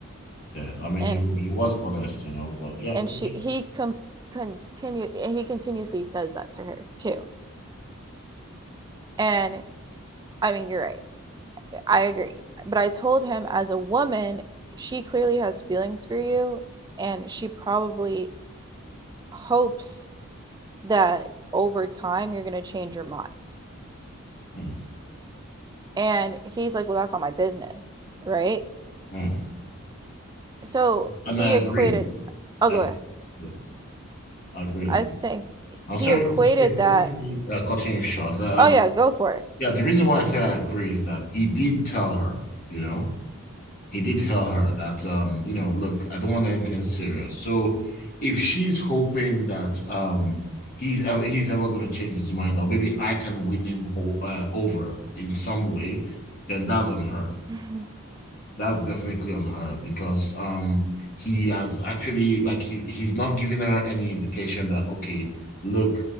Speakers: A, on the left; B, on the right.
A: Yeah, I mean,
B: And
A: he he was honest, you know, but yeah,
B: and
A: go
B: she
A: ahead.
B: he com- continued and he continuously says that to her too. And I mean, you're right. I agree. But I told him as a woman, she clearly has feelings for you and she probably hopes that over time you're going to change your mind.
A: Mhm.
B: And he's like, "Well, that's not my business." Right?
A: Mhm.
B: So he
A: And I
B: equated
A: agree.
B: Oh,
A: I,
B: go ahead.
A: yeah, I agree.
B: I think
A: I'm
B: he
A: sorry,
B: equated
A: if you
B: that,
A: don't mind me uh, cutting you short. like, Um,
B: "Oh yeah, go for it."
A: yeah, the reason why I say I agree is that he did tell her, you know, he did tell her that, um, you know, look, I don't want anything serious. So if she's hoping that um he's ever, he's ever going to change his mind, or maybe I can win him ho uh, over in some way, then that's on her.
B: <laughs>
A: that's definitely on her because um he has actually like he, he's not giving her any indication that okay look